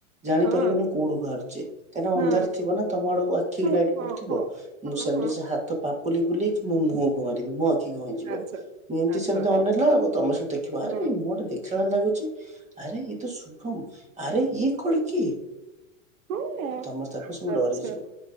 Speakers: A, on the right; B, on the right.
A: ଜାଣିପାରିବନି
B: ହଁ
A: କୋଉଠୁ ବାହାରୁଛି କାହିଁକି ଅନ୍ଧାର
B: ହଁ
A: ଥିବ ନା ତମ ଆଡକୁ ଆଖି
B: ହଁ
A: ଲାଇଟ୍
B: ହଁ
A: ପଡୁଥିବ
B: ହଁ
A: ମୁଁ
B: ହଁ
A: ସେନେରେ
B: ହଁ
A: ସେ ହାତ ପାପୁଲି ବୁଲିକି ମୋ ମୁହଁକୁ ମାରିବି ମୋ ଆଖି ଆଖି କଣ ହେଇଯିବ
B: ଆଚ୍ଛା
A: ମୁଁ ଏମିତି
B: ଆଚ୍ଛା
A: ସେମିତି ଅନେଇଲାଆଡ଼ୁ ତମେ ସବୁ ଦେଖିବ
B: ହୁଁ।
A: ଆରେ ମୁହଁଟା ଗୋଟେ ଦେଖିଲା ଭଳିଆ ଲାଗୁଛି। ଆରେ ଏ ତ ସୁୁଭମ ଆରେ ଇଏ କଳିକ୍?
B: ହଁ
A: ତମେ ତାକୁ ସବୁ
B: ଆଚ୍ଛା
A: ଡରିଯିବ।